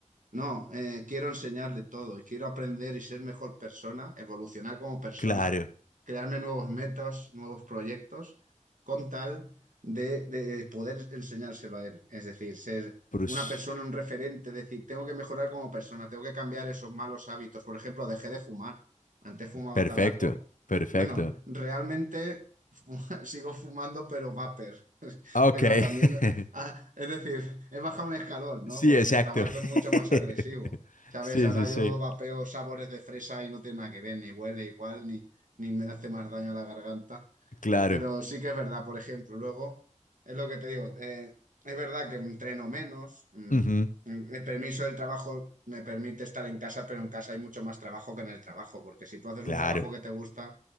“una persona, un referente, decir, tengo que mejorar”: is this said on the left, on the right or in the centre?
Right